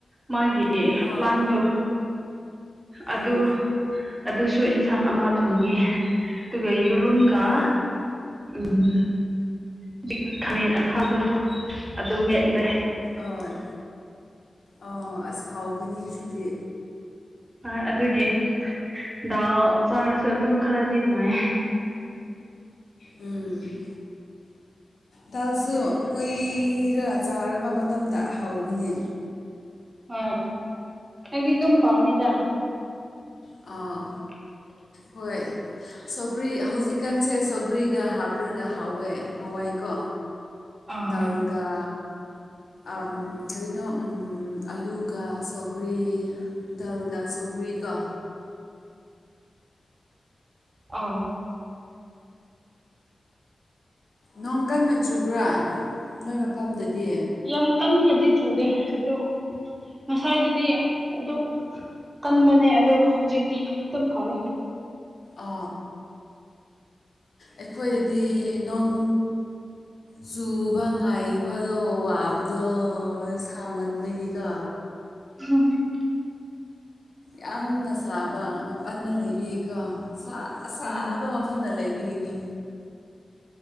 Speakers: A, on the right; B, on the left.
A: ꯃꯥꯒꯤ
B: ꯑꯥꯎ
A: ꯄ꯭ꯂꯥꯟꯗꯨ ꯑꯗꯨ
B: ꯎꯝ
A: ꯑꯗꯨꯁꯨ ꯏꯟꯁꯥꯡ ꯑꯃ ꯊꯣꯡꯉꯦ ꯑꯗꯨꯒ ꯌꯨꯔꯨꯝꯒ
B: ꯑꯣ
A: ꯎꯝ <unintelligible> ꯈꯥꯃꯦꯟ ꯑꯈꯥꯕꯗꯣ ꯑꯗꯨ ꯃꯦꯠꯂꯦ
B: ꯑꯣꯏ ꯑ ꯑꯁ ꯍꯥꯎꯒꯅꯤ ꯑꯁꯤꯗꯤ
A: ꯍꯣꯏ ꯑꯗꯨꯒꯤ ꯗꯥꯜ ꯆꯥꯔꯁꯨ ꯑꯗꯨꯝ ꯈꯔꯗꯤ ꯅꯨꯡꯉꯥꯏꯌꯦ꯫
B: ꯎꯝ ꯗꯥꯜꯁꯨ ꯀꯨꯏꯔ ꯆꯥꯔꯕ ꯃꯇꯝꯗ ꯍꯥꯎꯕꯅꯤ
A: ꯑ ꯑꯩꯗꯤ ꯑꯗꯨꯝ ꯄꯥꯝꯃꯤꯗ <inaudible>
B: ꯑꯥ ꯍꯣꯏ ꯁꯧꯒ꯭ꯔꯤ ꯍꯧꯖꯤꯛꯀꯥꯟꯁꯦ ꯁꯧꯒ꯭ꯔꯤꯒ ꯍꯥꯞꯔꯒ ꯍꯥꯎꯋꯦ ꯍꯋꯥꯏꯀꯣ
A: ꯑꯥ
B: ꯗꯜꯒꯥ ꯑꯝ ꯀꯔꯤꯅꯣ ꯎꯝ ꯑꯂꯨꯒ ꯁꯧꯒ꯭ꯔꯤ ꯗꯜꯒ ꯁꯨꯒ꯭ꯔꯤ ꯀꯥ
A: ꯑꯩ
B: ꯅꯣꯡ ꯀꯟꯅ ꯆꯨꯕ꯭ꯔꯥ ꯅꯣꯏ ꯃꯐꯝꯗꯗꯤ
A: ꯌꯥꯝ ꯀꯟꯅꯗꯤ ꯆꯨꯗꯦ ꯑꯗꯣ ꯉꯁꯥꯏꯗꯨꯗꯤ ꯑꯗꯨꯝ ꯀꯟꯕꯅꯦ ꯑꯗꯣ ꯍꯧꯖꯤꯛꯇꯤ ꯑꯗꯨꯝ ꯐꯔꯦ
B: ꯑ ꯑꯩꯈꯣꯏꯗꯗꯤ ꯅꯣꯡ ꯆꯨꯕ ꯉꯥꯏꯕꯗꯣ ꯋꯥꯕꯗꯣ ꯁꯥꯃꯟꯕꯒꯤꯀꯣ
A: <unintelligible>
B: ꯌꯥꯝꯅ ꯁꯥꯕ ꯃꯄꯥꯟꯗ ꯂꯩꯕꯒꯤꯀꯣ ꯁꯥ ꯑꯁꯥꯕ
A: ꯎꯝ
B: <unintelligible> ꯃꯐꯝꯗ ꯂꯩꯕꯤꯒꯤꯅꯤ